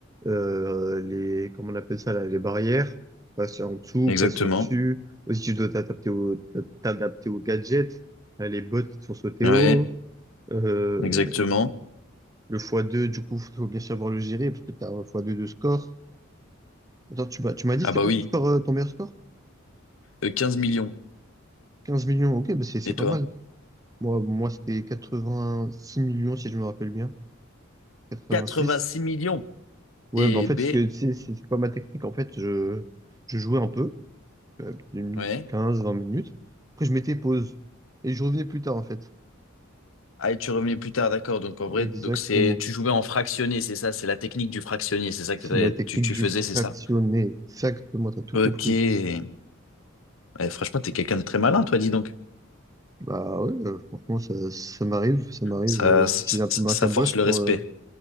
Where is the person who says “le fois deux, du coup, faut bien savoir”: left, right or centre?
Right